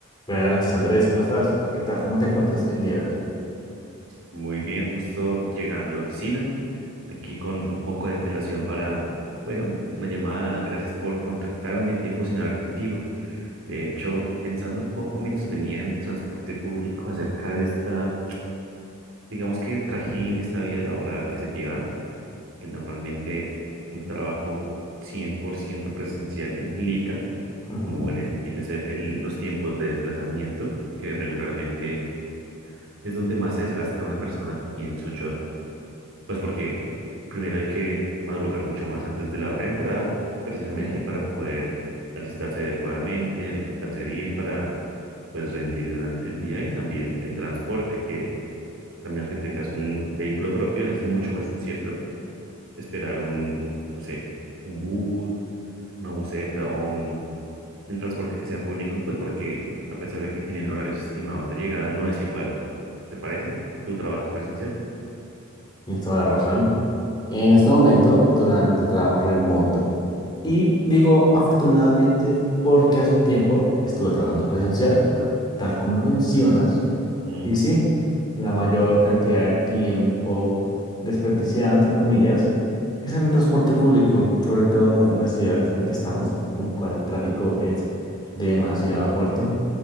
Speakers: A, on the left; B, on the right.
A: Buenas noches, Andrés, ¿cómo estás? ¿Qué tal? ¿Cómo te encuentras el día de hoy?
B: Muy bien, justo llegando a la oficina, aquí con un poco de antelación para, bueno, una llamada, gracias por contactarme, tiempo sin hablar contigo. De hecho, pensando un poco mientras venía en el transporte público acerca de esta, digamos que trajín, esta vida laboral que se lleva, que normalmente un trabajo 100% presencial implica,
A: Ujú,
B: como viene, viene a ser el- los tiempos de desplazamiento, que regularmente es donde más se desgasta una persona, pienso yo Pues porque primero hay que madrugar mucho más antes de la hora de entrada, precisamente
A: Bien,
B: para poder alistarse adecuadamente, alimentarse bien, para pues rendir durante el día y también el transporte, que a menos que tengas un vehículo propio, es mucho más incierto esperar un, no sé, un bus, una buseta o un- el transporte que sea público, pues porque a pesar de que tienen horarios estimados de llegada, no es igual. ¿Te parece? ¿Tú trabajas presencial?
A: tienes toda la razón. En este momento, afortunadamente, trabajo remoto. Y digo afortunadamente porque hace un tiempo estuve trabajando presencial, tal como lo mencionas.
B: Mm,
A: Y sí, la mayor cantidad de tiempo desperdiciado, entre comillas, es en el transporte público, sobre todo en la ciudad en la que estamos, en la cual el tráfico es demasiado fuerte.